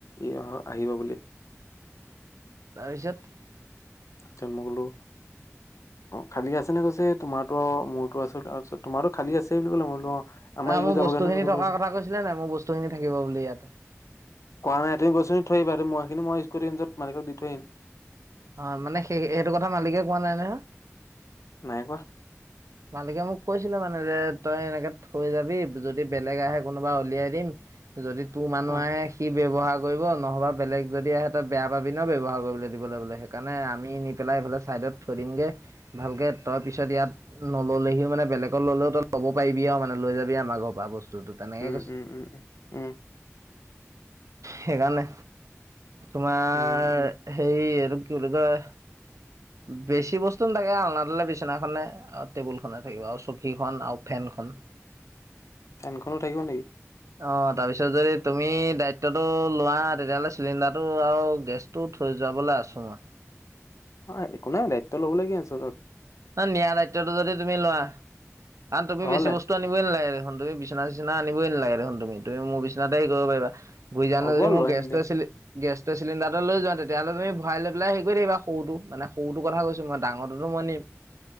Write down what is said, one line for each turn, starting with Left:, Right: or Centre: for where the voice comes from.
Left: এ অ আহিব বুলি
Right: তাৰপিছত
Left: যে মই কলো অঁ খালী আছে নে কৈছে তোমাৰটো আৰু মোৰতো আছে তোমাৰতো খালী আছে বুলি কলে মোৰটো অ আমাৰ
Right: নাই
Left: ইও
Right: মোৰ
Left: যাবগে
Right: বস্তু
Left: নহয়
Right: খিনি
Left: এনেকে বুলি
Right: থকাৰ
Left: ক'লে
Right: কথা কৈছিলে নাই মোৰ বস্তু খিনি থাকিব বুলি ইয়াত
Left: কোৱা নাই তুমি বস্তুখিনি থৈ আহিবা আৰু মই খিনি মই স্কুটিত নি মালিকক দি থৈ আহিম
Right: অ মানে সেই সেইটো কথা মালিকে কোৱা নাই না
Left: নাই কোৱা
Right: মালিকে মোক কৈ কৈছিলে মানে যে তই এনেকে থৈ যাবি যদি বেলেগ আহে কোনোবা উলিয়াই দিম যদি তোৰ মানুহ
Left: অ
Right: আহে সি ব্যৱহাৰ কৰিব নহবা বেলেগ যদি আহে তই বেয়া পাবি ন ব্যৱহাৰ কৰিবলৈ দিবলে বোলে সে কাৰণে আমি নি পেলাই এইফালে ছাইডত থৈ দিমগৈ ভালকে তই পিছত ইয়াত নল'লেহি মানে বেলেগক ললেও ত লব পাৰিবি আও মানে লৈ যাবি আম ঘৰৰ পৰা ব তোৰতো তেনেকেই
Left: উম
Right: কৈছ
Left: উম উম উম উম
Right: সেইকাৰণে তোমাৰ
Left: উম
Right: সেই এইটো কি বুলি কয়। বেছি বস্তু নথাকে আলনাডালে বিচনাখনে টেবুল খনে থাকিব আৰু চকীখনন আৰু ফেনখনন
Left: ফেনখনো থাকিব নেকি
Right: অ তাৰপিছত যদি তুমি দায়িত্বটো লোৱা, তেতিয়াহ'লে চিলিণ্ডাৰটো আৰু গেছটো থৈ যাবলৈ আছো মই
Left: অঁ একো নাই দায়িত্ব ল'বলীয়া হৈছেটো
Right: ন নিয়া দায়িত্বটো যদি তুমি লৱা, কাৰণ তুমি
Left: ঘৰলে
Right: বেছি বস্তু আনিবই নালাগে। দেখোন তুমি বিচনা চিচনা আনিব‌ই নালাগে দেখোন তুমি, তুমি মোৰ বিচনাতে হেৰি কৰিব পাৰিবা। বুজি জান
Left: হ'ব
Right: না যদি মোৰ
Left: লৈ আহিম
Right: গেছটো
Left: দে
Right: আছিলে গেছ চিলিণ্ডাৰ এ লৈ যোৱা, তেতিয়াহ'লে তুমি ভৰাই লৈ পেলাই হে কৰি থাকিবা, সৰুটো মানে সৰুটো কথা কৈছো মই ডাঙৰটো <unintelligible>